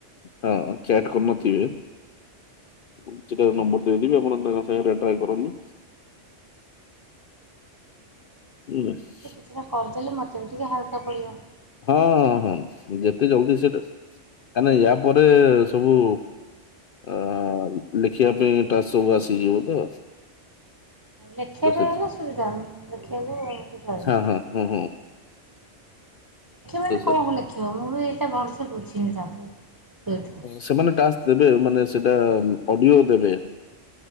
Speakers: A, on the left; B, on the right.
A: ହଁ ଚାଟ କରିନଥିବେ
B: ଆଜ୍ଞା
A: କିଛିଟା
B: ଆଜ୍ଞା।
A: ନମ୍ବର ଦେଇଦେବି ଆପଣ ତାଙ୍କ ସାଙ୍ଗ ଟ୍ରାଏ କରନ୍ତୁ <inaudible>
B: ସେଇଟା କରିଦେଲେ ମତେ ବି ଟିକେ ହାଲକା ପଡ଼ିବ
A: ହଁ ହଁ ହଁ ଯେତେ ଜଲଦି ସେଟା କାଇଁକି ନା ୟା ପରେ ସବୁ ଆ ଲେଖିବା ପାଇଁ ଟାସ୍କ ସବୁ ଆସିଯିବ ତ
B: ଲେଖିବା
A: ତ
B: ପାଇଁ
A: ସେ
B: ହେଲେ ସୁବିଧା ଲେଖିବାକୁ ଲେଖିବ
A: ହଁ ହଁ ହୁଁ ହୁଁ
B: ମାନେ
A: ତ
B: କଣ
A: ସେ
B: କ ଲେଖିବ ମୁଁ ବି ଏତେ ଭଲସେ ବୁଝିନି ତାଠୁ ସେଇଠୁ
A: ସେମାନେ ଟାସ୍କ ଦେବେ ମାନେ ସେଟା ଅଡିଓ ଦେବେ